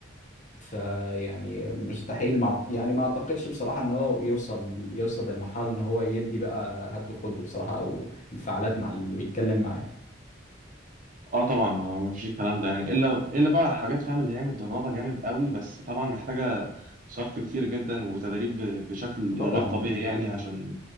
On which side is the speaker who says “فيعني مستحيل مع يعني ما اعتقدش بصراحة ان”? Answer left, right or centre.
Left